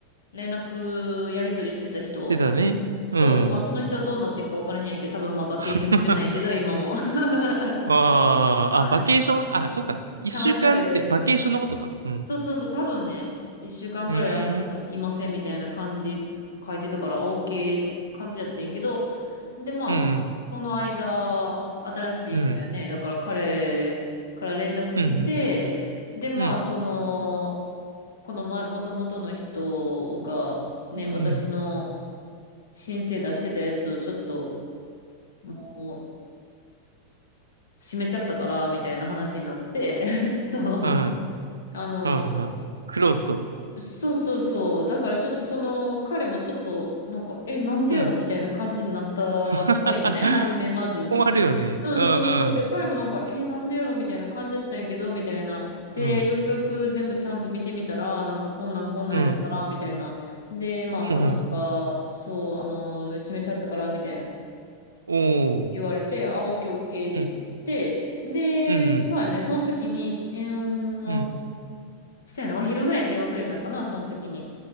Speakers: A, on the left (about 65°); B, on the right (about 75°).
A: 連絡やり取りしてた人
B: してたね。
A: そう、
B: うん。
A: まあ、その人はどうなってんか分からへんやけど、多分まあ、バケーション中なんやけど、
B: <laughs>
A: 今も。<laughs> は
B: あーあ、
A: い。
B: バケーション、あ、そうか。一週間ってバケーションのことか。
A: かなんかで、
B: うん。
A: そうそうそう、多分ね、一週間ぐらいあの、
B: うん。
A: いませんみたいな感じで書いてたから、OK って感じやってんけど、で、まあ、
B: うん。
A: その間、新しい人やね、
B: うん。
A: だから彼から連絡来て、
B: うん。
A: で、まあ、
B: うん。うん。
A: その、このま、もともとの人が、ね、
B: うん。
A: 私の申請出してたやつをちょっと、もう、閉めちゃったから、みたいな話になって、<laughs> そう。
B: うん。
A: あの、
B: うん。クローズド。
A: そうそうそう。だからちょっとその彼もちょっとなんか、え、なんでやろみたいな感じになったっぽいよね、
B: うん。<laughs>
A: 初めまず。
B: 困るよね。
A: うん、
B: うん。
A: そうそう。で、
B: うん。
A: 彼もなんか、え、なんでやろみたいな感じだったんやけど、みたいな。で、
B: うん。
A: よくよく全部ちゃんと見てみたら、なんかこんなんこんなんやったから、
B: うん。
A: みたいな。で、まあ彼女
B: うん。
A: が、そう、あの、閉めちゃったから、みたいな
B: おー。
A: 言われて、あ、オッケーオッケーってなって、
B: うん。
A: で、
B: うん。
A: そうやね、その時に電話
B: うん。
A: そうやな、お昼ぐらいに電話くれたんかな、その時に。